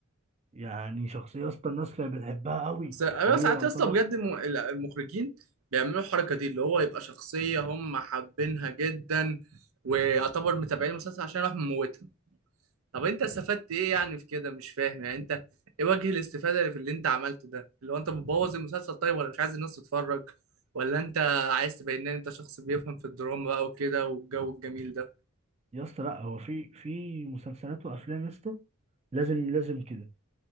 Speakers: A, on the right; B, on the right.
A: يعني شخصيه يا اسطى الناس كانت بتحبها قوي
B: بس انا
A: وهي
B: ساعات
A: يعتبر
B: يا اسطى بجد الم- المخرجين بيعملوا الحركه دي اللي هو يبقى شخصيه هم حابينها جدا ويعتبر متابعين المسلسل عشان يروح مموتها طب انت استفدت ايه يعني في كده مش فاهم يعني انت ايه وجه الاستفاده اللي في اللي انت عملته ده اللي هو انت بتبوظ المسلسل طيب ولا مش عايز الناس تتفرج ولا انت عايز تبين ان انت شخص بيفهم في الدراما بقى وكده والجو الجميل ده
A: يا اسطى لا هو في في مسلسلات وافلام يا اسطى لازم لازم كده